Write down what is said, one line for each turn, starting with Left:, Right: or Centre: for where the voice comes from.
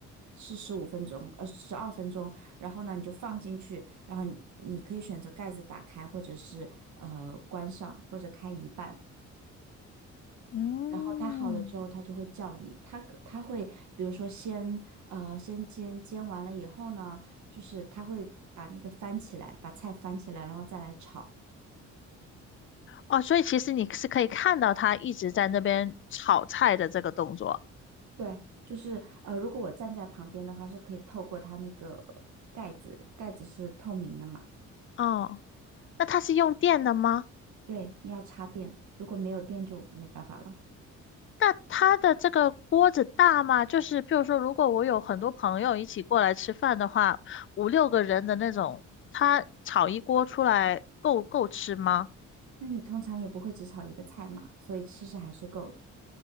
Right: 是十五分钟呃十二分钟，然后呢你就放进去，然后你你可以选择盖子打开或者是呃关上或者开一半，
Left: 嗯。
Right: 然后它好了之后，它就会叫你。它可它会，比如说先呃先煎，煎完了以后呢，就是它会把那个翻起来，把菜翻起来，然后再来炒。
Left: 哦，所以其实你是可以看到他一直在那边炒菜的这个动作。
Right: 对，就是呃，如果我站在旁边的话，是可以透过它那个盖子，盖子是透明的嘛。
Left: 哦，那他是用电的吗？
Right: 对，你要插电，如果没有电就没办法了。
Left: 那他的这个锅子大吗？就是譬如说，如果我有很多朋友一起过来吃饭的话，五六个人的那种，他炒一锅出来够够吃吗？
Right: 那你通常也不会只炒一个菜嘛，所以其实还是够的。